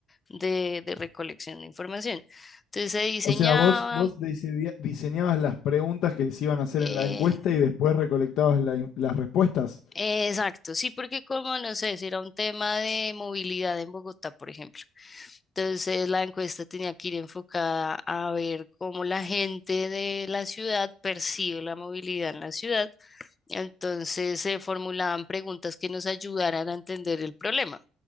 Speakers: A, on the left (about 30°); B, on the left (about 70°).
A: de, de recolección de información. Entonces se diseñaba,
B: O sea, vos, vos diseña- diseñabas las preguntas que se iban a hacer
A: eh,
B: en la encuesta y después recolectabas la in- las respuestas.
A: Exacto, sí, porque como no sé, si era un tema de movilidad en Bogotá, por ejemplo. Entonces la encuesta tenía que ir enfocada a ver cómo la gente de la ciudad percibe la movilidad en la ciudad. Entonces se formulaban preguntas que nos ayudaran a entender el problema.